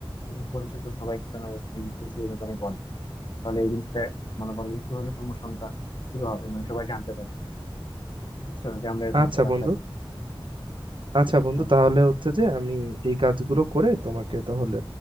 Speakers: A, on the left; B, on the right.
A: ওদের পরিচিত সবাইকে যেন এই এই বিষয়ের ব্যাপারে বলে তাহলে এই জিনিসটা মনে করো যে একটু হলে প্রমোশনটা শুরু হবে মানে সবাই জানতে পারবে বুঝছো যে আমরা এরকম
B: আচ্ছা
A: একটা ব্যবসা
B: বন্ধু
A: করছি
B: আচ্ছা বন্ধু
A: হ্যাঁ
B: তাহলে হচ্ছে যে আমি এই কাজগুলো করে তোমাকে তাহলে